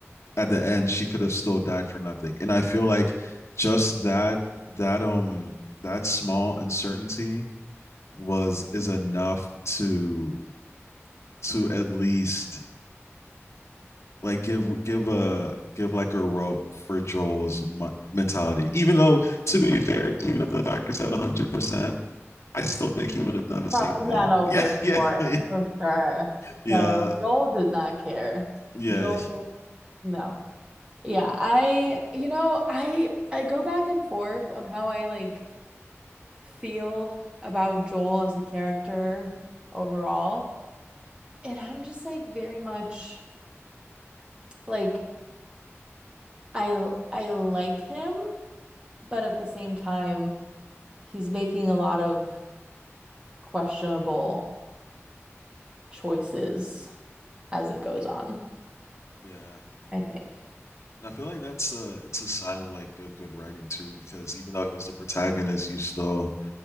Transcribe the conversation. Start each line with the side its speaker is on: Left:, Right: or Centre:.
Left: at the end she could have still died for nothing and i feel like just that that um that small uncertainty was is enough to to at least like give give a give like a rope for Joel's mentality. Even though, to be fair, even if the doctor said 100%, I still think he would have done the
Right: Probably,
Left: same thing.
Right: yeah, no,
Left: Yeah,
Right: for
Left: yeah,
Right: sure.
Left: <laughs>
Right: For sure.
Left: yeah,
Right: No, Joel did not care.
Left: yeah,
Right: Joel, no. Yeah, I, you know, I I go back and forth on how I like feel about Joel as a character overall. And I'm just like very much like I l- I like him, but at the same time, he's making a lot of questionable choices as it goes on,
Left: yeah.
Right: I think.
Left: And I feel like that's a it's a sign of like a good writing too, because even though he's the protagonist, you still